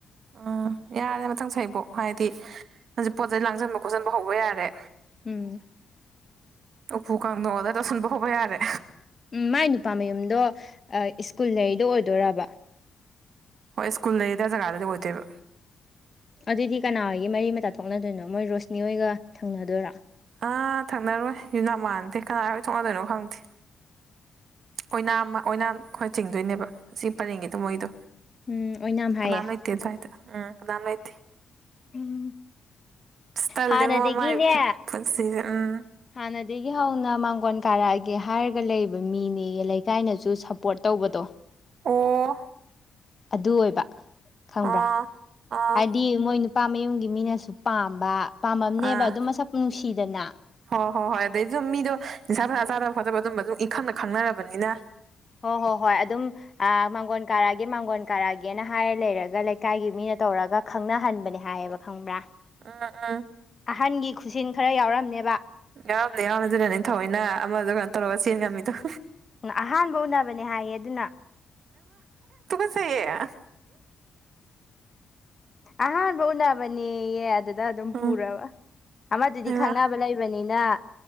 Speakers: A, on the right (about 65°); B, on the left (about 30°).
A: ꯎꯝ ꯌꯥꯔꯦ ꯃꯊꯪ ꯆꯍꯤ ꯐꯣꯛ ꯍꯥꯏꯗꯤ ꯍꯧꯖꯤꯛ ꯄꯣꯠ ꯆꯩꯩ ꯂꯥꯡꯁꯟꯕ ꯈꯣꯠꯆꯟꯕ ꯍꯧꯕ ꯌꯥꯔꯦ
B: ꯎꯝ
A: ꯎꯄꯨ ꯀꯥꯡꯗꯣꯡ ꯑꯣꯗꯔ ꯇꯧꯁꯤꯟꯕ ꯍꯣꯕ ꯌꯥꯔꯦ
B: ꯎꯝ ꯃꯥꯏ ꯅꯨꯄꯥ ꯃꯌꯨꯝꯗꯣ ꯁ꯭ꯀꯨꯜ ꯂꯩꯔꯤꯗꯣ ꯑꯣꯏꯗꯣꯏꯔꯕ
A: ꯍꯣꯏ ꯁ꯭ꯀꯨꯜ ꯂꯩꯔꯤꯗꯣ ꯑꯗꯨꯋꯥꯏ ꯖꯒꯥꯗ ꯑꯣꯏꯗꯣꯏꯕ
B: ꯑꯗꯨꯗꯤ ꯀꯅꯥꯒꯤ ꯃꯔꯤ ꯃꯇꯥ ꯊꯣꯛꯅꯗꯣꯏꯅꯣ ꯃꯣꯏ ꯔꯣꯁꯅꯤ ꯍꯣꯏꯒ ꯊꯪꯅꯗꯣꯏꯔꯥ
A: ꯑꯥ ꯊꯛꯅꯔꯣꯏ ꯌꯨꯝꯅꯥꯒ ꯃꯥꯟꯅꯗꯦ ꯀꯅꯥꯒ ꯊꯣꯛꯅꯗꯣꯏꯅꯣ ꯈꯪꯗꯦ ꯑꯣꯏꯅꯥꯝ ꯑꯣꯏꯅꯥꯝ ꯈꯔ ꯆꯤꯡꯗꯣꯏꯅꯦꯕ ꯁꯤ ꯄꯔꯦꯡꯒꯤꯗꯣ ꯃꯣꯏꯗꯣ
B: ꯎꯝ ꯑꯣꯏꯅꯥꯝ ꯍꯥꯏꯌꯦ
A: ꯀꯅꯥꯝ ꯂꯩꯇꯦ ꯑꯗꯨꯋꯥꯗ ꯎꯝ ꯀꯅꯥꯝ ꯂꯩꯇꯦ
B: ꯎꯝ
A: ꯑꯁ ꯇꯜꯂꯤꯉꯣ
B: ꯍꯥꯟꯅꯗꯒꯤꯅꯦ
A: ꯃꯥꯏ ꯄꯨꯟꯁꯤꯁꯦ ꯎꯝ
B: ꯍꯥꯅ ꯁꯤꯗꯒꯤ ꯍꯧꯅ ꯃꯥꯡꯒꯣꯟ ꯀꯥꯔꯛꯑꯒꯦ ꯍꯥꯏꯔꯒ ꯂꯩꯕ ꯃꯤꯅꯦꯌꯦ ꯂꯩꯀꯥꯏꯅꯁꯨ ꯁꯞꯄꯣꯔꯠ ꯇꯧꯕꯗꯣ
A: ꯑꯣ
B: ꯑꯗꯨ ꯑꯣꯏꯕ ꯈꯪꯕ꯭ꯔꯥ
A: ꯑꯥ ꯑꯥ
B: ꯍꯥꯏꯗꯤ ꯃꯣꯏ ꯅꯨ ꯄꯥ ꯃꯌꯨꯝꯒꯤ ꯃꯤꯅꯁꯨ ꯄꯥꯝꯕ ꯄꯥꯝꯃꯝꯅꯦꯕ
A: ꯑꯥ
B: ꯑꯗꯨꯝ ꯃꯁꯛ ꯅꯨꯡꯁꯤꯗꯅ
A: ꯍꯣꯏ ꯍꯣꯏ ꯍꯣꯏ ꯑꯗꯩ ꯁꯨꯝ ꯃꯤꯗꯣ ꯅꯤꯁꯥ ꯄꯁꯥ ꯆꯥꯗꯕ ꯈꯣꯠꯕ ꯑꯗꯨꯝꯕ ꯑꯗꯨꯝ ꯏꯈꯪꯅ ꯈꯪꯅꯔꯕꯅꯤꯅ
B: ꯍꯣ ꯍꯣ ꯍꯣꯏ ꯑꯗꯨꯝ ꯑꯥ ꯃꯥꯡꯒꯣꯟ ꯀꯥꯔꯛꯑꯒꯦ ꯃꯥꯡꯒꯣꯟ ꯀꯔꯑꯒꯦꯅ ꯍꯥꯏꯔ ꯂꯩꯔꯒ ꯂꯩꯀꯥꯏꯒꯤ ꯃꯤꯅ ꯇꯧꯔꯒ ꯈꯪꯅꯍꯟꯕꯅꯦ ꯍꯥꯏꯌꯦꯕ ꯈꯪꯕ꯭ꯔꯥ
A: ꯑꯥ ꯑꯥ
B: ꯑꯍꯟꯒꯤ ꯈꯨꯁꯤꯟ ꯈꯔ ꯌꯥꯎꯔꯝꯅꯦꯕ
A: ꯌꯥꯎꯔꯝꯅꯤ ꯌꯥꯎꯔꯝ ꯑꯗꯨꯅꯅꯦ ꯊꯑꯣꯏꯅ ꯑꯃꯗꯣ ꯀꯩꯅꯣ ꯇꯧꯔꯒ ꯆꯦꯟ ꯉꯝꯃꯤꯗꯣ
B: ꯎ ꯑꯍꯥꯟꯕ ꯎꯅꯕꯅꯦ ꯍꯥꯏꯌꯦ ꯑꯗꯨꯅ
A: ꯆꯩꯌꯦ
B: ꯑꯍꯥꯟꯕ ꯎꯅꯕꯅꯦꯌꯦ ꯑꯗꯨ ꯗ ꯑꯗꯨꯝ
A: ꯎꯝ
B: ꯄꯨꯔꯕ ꯑꯃꯗꯨꯗꯤ
A: ꯍꯩꯃꯥ
B: ꯈꯪꯅꯕ ꯂꯩꯕꯅꯤꯅ